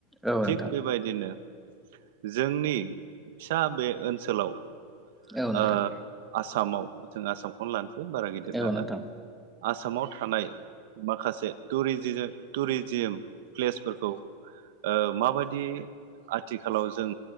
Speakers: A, in the centre; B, on the right.
A: औ
B: थिग
A: नोंथां
B: बेबायदिनो जोंनि फिसा बे ओनसोलाव
A: औ नोंथां
B: ओ आसामाव जों आसामखौनो लानो बारा गिदिर
A: औ
B: लाला
A: नोंथां
B: आसामाव थानाय माखासे टुरिजि टुरिजिम प्लेसफोरखौ ओ माबायदि आथिखालाव जों